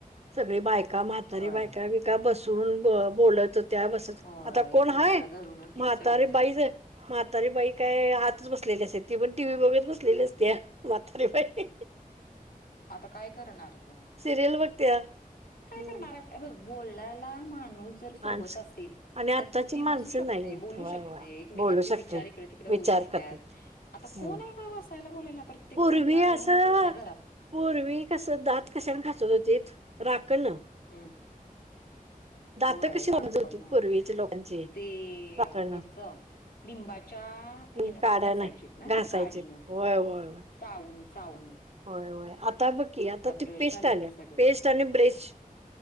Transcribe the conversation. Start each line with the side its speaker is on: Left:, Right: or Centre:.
Right: सगळी बायका म्हातारी
Left: होय.
Right: बायका विका बसून ब बोलत त्या बसून
Left: होय
Right: आता कोण
Left: एकमेकाला
Right: हाय मग
Left: धरून होतीत
Right: म्हातारी
Left: सगळीजण
Right: बाई ज म्हातारीबाई काय आतच बसलेली अस ती पण टी व्ही बघत बसलेली असते म्हातारीबाई
Left: आता काय करणार ग
Right: सिरियल बघत्या
Left: काय
Right: हम्म
Left: करणार अ बघ बोलण्याला माणूस जर
Right: माणस
Left: सोबत असेल
Right: आणि आत्ताची
Left: तर ती
Right: माणसं
Left: बसू शकते
Right: नाही
Left: बोलू
Right: वा
Left: शकते
Right: वा
Left: एकमेकाचे
Right: बोलू शकते
Left: विचार इकडे तिकडे होऊ
Right: विचार
Left: शकतात
Right: करते
Left: आता
Right: हम्म
Left: कोण आहे का बसायला बोलायला प्रत्येक
Right: पूर्वी
Left: जण दार
Right: असं
Left: लवै ना आप आपल्या घरात
Right: पूर्वी कसं दात कशाने घासत होते राकणं
Left: हम्म
Right: दात
Left: होय
Right: कशी
Left: राखण
Right: मोजत होतीत
Left: ह
Right: पूर्वीच्या लोकांची
Left: ते
Right: राखण
Left: ह्याच लिंबाच्या
Right: काढा
Left: हेन पण घासायचीत ना
Right: घासायचे
Left: ती काडीनं
Right: होय होय होय
Left: चावून चावून
Right: होय होय आता ब की आता
Left: ब्रश
Right: त पेस्ट
Left: आलेत
Right: आल्या
Left: सगळे
Right: पेस्ट आणि ब्रेश